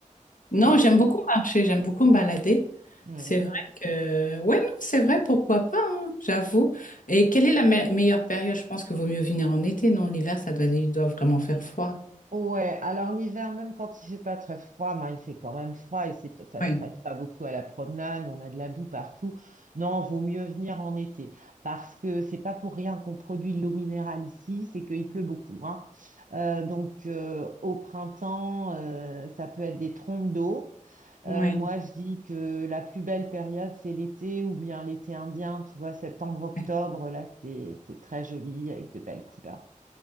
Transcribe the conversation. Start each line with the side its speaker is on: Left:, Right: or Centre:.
Left: Non,
Right: c'est...
Left: j'aime beaucoup marcher, j'aime beaucoup me balader.
Right: hmm.
Left: C'est vrai que, ouais, non, c'est vrai, pourquoi pas, hein, j'avoue. Et quelle est la me- meilleure période? Je pense que vaut mieux venir en été, non? L'hiver, ça doit, il doit vraiment faire froid.
Right: Ouais, alors l'hiver, même quand il fait pas très froid, ben, il fait quand même froid et c'est, ça
Left: Oui,
Right: se prête pas beaucoup à la promenade, on a de la boue partout. Non, vaut mieux venir en été parce que c'est pas pour rien qu'on produit de l'eau minérale ici, c'est qu'il pleut beaucoup, hein. Euh, donc euh, au printemps, euh, ça peut être des trompes d'eau. Euh,
Left: oui,
Right: moi, je dis que la plus belle période, c'est l'été ou bien l'été indien, tu vois, septembre-octobre,
Left: oui.
Right: là, c'est c'est très joli avec de belles couleurs.